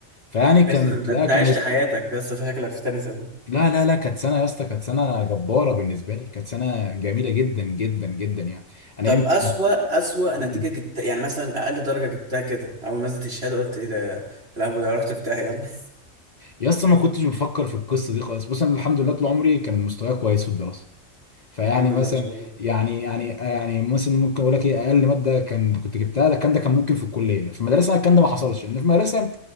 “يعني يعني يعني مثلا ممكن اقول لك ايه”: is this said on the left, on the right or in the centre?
Left